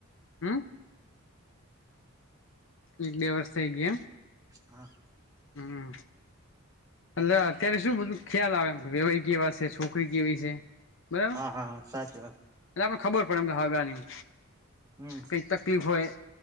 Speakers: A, on the left; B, on the right.
A: હમ એક બે વરસ થઈ ગયા એમ?
B: હા.
A: હમ. એટલે અત્યારે શું બધું ખ્યાલ આવે વેવાય કેવા છે છોકરી કેવી છે. બરાબર
B: હા, હા સાચી વાત.
A: એટલે આપડે ખબર પડે એમ કે હગાની.
B: હમ.
A: કઈ તકલીફ હોય